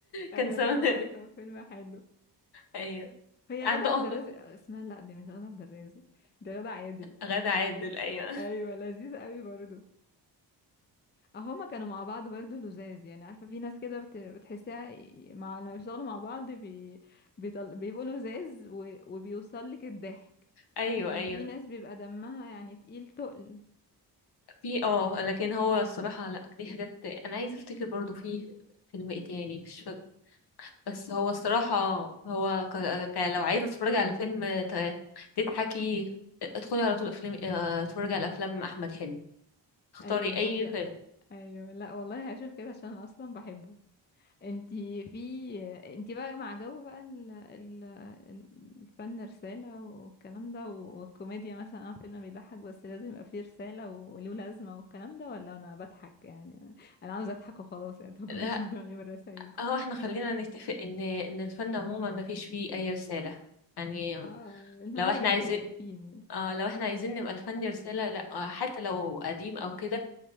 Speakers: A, on the left (about 25°); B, on the left (about 60°).
A: ايوه
B: كان سامع
A: لا والله
B: <laughs>
A: كان فيلم حلو
B: ايوه
A: هي
B: عنده
A: غادة عبد
B: اه
A: الرازق
B: لا
A: اسمها لا دي مش غادة عبد الرازق دي غادة عادل
B: غادة عادل ايوه
A: ايوه لذيذه قوي برضو اه هما كانوا مع بعض برضو لزاز يعني عارفه في ناس كده بت... بتحسها ي- مع لما بيشتغلوا مع بعض بي... بيطل... بيبقوا لزاز و... وبيوصل لك الضحك
B: ايوه
A: لكن
B: ايوه
A: في ناس بيبقى دمها يعني تقيل تقل
B: في اه
A: آه،
B: لكن هو الصراحة لا دي حاجات انا عايزة افتكر برضو في فيلم ايه تاني مش فاكر بس هو الصراحة
A: مم.
B: هو ك... ك... لو عايزة تتفرجي على فيلم ت... تضحكي ادخلي على طول افلام اه، اتفرجي على افلام احمد حلمي اختاري
A: ايوه بالظبط
B: اي
A: لا
B: فيلم
A: ايوه لا والله هشوف كده عشان أنا اصلا بحبه انتي في انتي بقى مع جو بقى ال... ال... الفن رسالة والكلام ده والكوميديا مثلا اه فيلم بيضحك بس لازم يبقى فيه رسالة وله لازمة والكلام ده ولا انا بضحك يعني انا عاوزة اضحك وخلاص يعني متوجعوش
B: لا
A: <laughs> دماغي برسايلكم
B: هو احنا خلينا نتفق ان ان الفن عموما ما فيش فيه اي رسالة يعني
A: اه لان
B: لو
A: هما دلوقتي
B: احنا عايزين
A: مقرفين يعني
B: اه لو احنا عايزين نبقى الفن رسالة لا اه، حتى لو قديم او كده